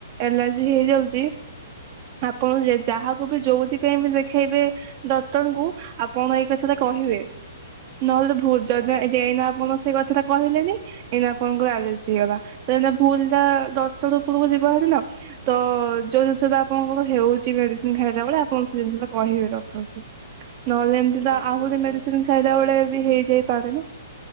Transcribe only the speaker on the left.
ହଁ
ଏଇଟା
ଠିକ୍
କଥା।